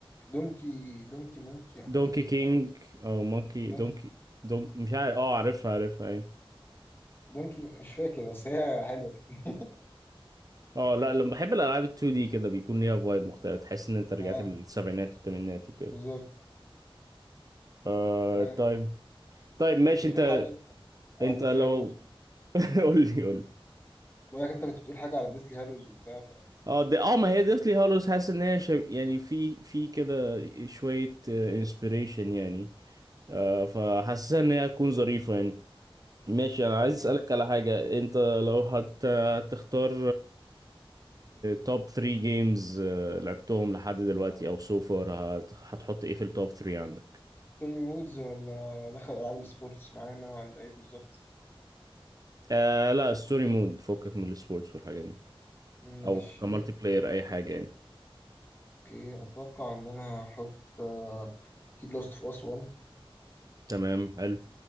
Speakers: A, on the left; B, on the right.
A: دونكي دونكي مونكي او
B: دونكي
A: حاجه كده
B: كينج
A: عارف
B: او مونكي
A: دونكي
B: دونكي دون مش عارف اه عارفها عارفها اي
A: دونكي مش فاكر بس هي حلوه يعني.
B: اه لا لما بحب الالعاب ال 2 دي كده بيكون ليها فايب مختلف تحس ان انت رجعت
A: اه
B: للسبعينات والثمانينات وكده
A: بالظبط
B: آه
A: آه
B: طيب طيب ماشي
A: كنت بتقول
B: انت
A: حاجه انت على
B: انت
A: ديسلي
B: لو
A: هالوز
B: <laughs> قول لي قول لي
A: بقولك انت كنت بتقول حاجه على ديسلي هالوز وبتاع ف
B: اه دي اه ما هي ديثلي هالوز حاسس ان هي شب... يعني في في كده شويه انسبيريشن يعني آه فحاسسها ان هي تكون ظريفه يعني. ماشي انا عايز اسالك
A: مم.
B: على حاجه انت لو هت... هتختار توب 3 جيمز لعبتهم لحد دلوقتي او سوفر هت... هتحط ايه في التوب 3 عندك
A: ستوري مودز ولا دخل العاب السبورتس معانا ولا ايه بالظبط
B: آه لا ستوري مود فكك من السبورتس والحاجات دي
A: ماشي
B: او كمالتي بلاير اي حاجه يعني
A: اوكي اتوقع ان انا هحط آه، اكيد لاست اوف اس 1
B: تمام حلو